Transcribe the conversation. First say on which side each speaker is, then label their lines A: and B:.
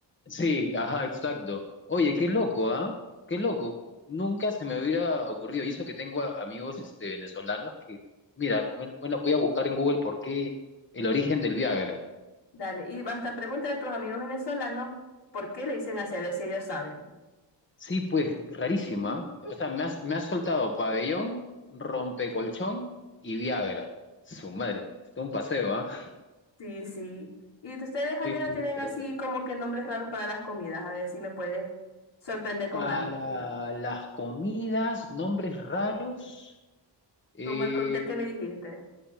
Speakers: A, on the left; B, on the left.
A: Sí, ajá, exacto. Oye, qué loco, ¿ah? Qué loco. Nunca se me hubiera ocurrido. Y eso que tengo a- amigos este, venezolanos que, mira, bueno, bueno, voy a buscar en Google por qué el origen del Viagra.
B: Dale, y hasta pregúntale a tus amigos venezolanos por qué le dicen así, a ver si ellos saben.
A: Sí, pues rarísima.
B: <laughs>
A: O sea, me has, me has soltado pabellón, rompecolchón y Viagra. Su madre, está un paseo, ¿ah?
B: Sí, sí. Y ustedes allá
A: Muy,
B: no
A: muy
B: tienen
A: interesante.
B: así como que nombres raros para las comidas, a ver si me puedes sorprender con
A: Para
B: algo.
A: las comidas, nombres raros. eh,
B: Como el cóctel que me dijiste.